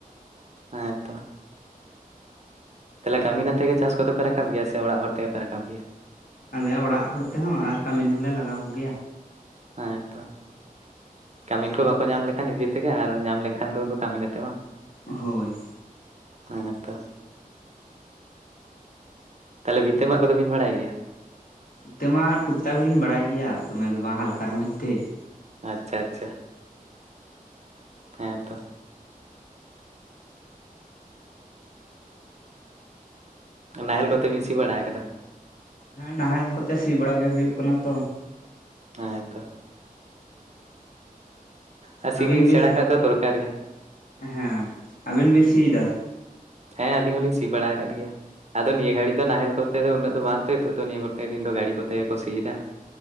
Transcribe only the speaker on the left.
ᱟᱞᱮ ᱚᱲᱟᱜ ᱦᱚᱲ ᱛᱮᱸᱦᱚᱸ ᱟᱨ ᱠᱟᱹᱢᱤᱱ ᱦᱚᱸᱞᱮ ᱞᱟᱜᱟᱣ ᱠᱚᱜᱮᱭᱟ᱾
ᱦᱚᱭ
ᱱᱤᱛᱚᱜ ᱢᱟ ᱴᱩᱠ ᱴᱟᱠ ᱞᱤᱧ ᱵᱟᱲᱟᱭ ᱜᱮᱭᱟ ᱫᱚᱢᱮ ᱫᱚ ᱵᱟᱝ ᱦᱟᱞᱠᱟᱨ ᱢᱚᱫᱽᱫᱷᱮ ᱾
ᱦᱮᱸ ᱱᱟᱦᱮᱞ ᱠᱚᱛᱮ ᱥᱤ ᱵᱟᱲᱟ ᱜᱮ ᱦᱩᱭᱩᱜ ᱠᱟᱱᱟ ᱛᱚ ᱾
ᱟᱹᱵᱤᱱ
ᱵᱤᱱ ᱥᱤ,
ᱦᱮᱸ ᱟᱹᱵᱤᱱ ᱵᱤᱱ ᱥᱤᱭᱮᱫᱟ ᱾